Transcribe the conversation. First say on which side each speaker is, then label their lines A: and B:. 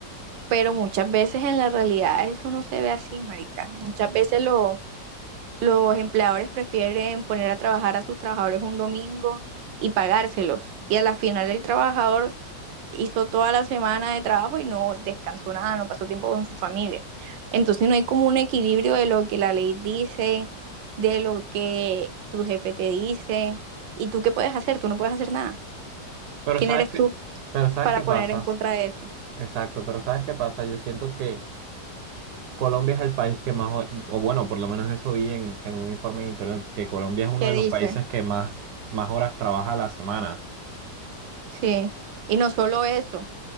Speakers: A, on the right; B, on the right.
A: Pero muchas veces en la realidad eso no se ve así, marica. Muchas veces los Los empleadores prefieren poner a trabajar a sus trabajadores un domingo y pagárselos. Y a la final el trabajador hizo toda la semana de trabajo y no descansó nada, no pasó tiempo con su familia. Entonces no hay como un equilibrio de lo que la ley dice, de lo que tu jefe te dice. ¿Y tú qué puedes hacer? Tú no puedes hacer nada.
B: Pero
A: ¿Quién
B: sabes
A: eres
B: qué,
A: tú
B: pero sabes
A: para
B: qué pasa?
A: poner en contra de eso?
B: Exacto, pero ¿sabes qué pasa? Yo siento que Colombia es el país que más, o o bueno, por lo menos eso vi en, en un informe en internet, que Colombia es uno
A: ¿Qué
B: de
A: dice?
B: los países que más, más horas trabaja a la semana.
A: Sí. Y no solo eso.